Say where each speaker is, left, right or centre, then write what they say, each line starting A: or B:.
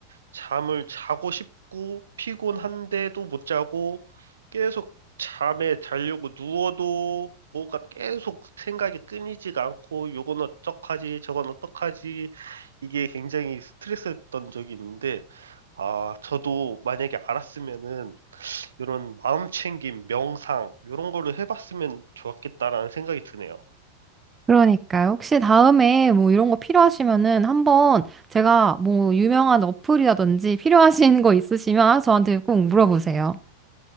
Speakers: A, on the right (about 70°); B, on the right (about 15°).
A: 잠을 자고 싶고 피곤한데도 못 자고 계속 잠에 자려고 누워도 뭐가 계속 생각이 끊이지가 않고 요건 어떡하지 저건 어떡하지 이게 굉장히 스트레스였던 적이 있는데 아 저도 만약에 알았으면은 이런 마음 챙김 명상 이런 거를 해봤으면 좋았겠다라는 생각이 드네요.
B: 그러니까요. 혹시 다음에 뭐 이런 거 필요하시면은 한번 제가 뭐 유명한 어플이라든지 <laughs> 필요하신 거 있으시면 저한테 꼭 물어보세요.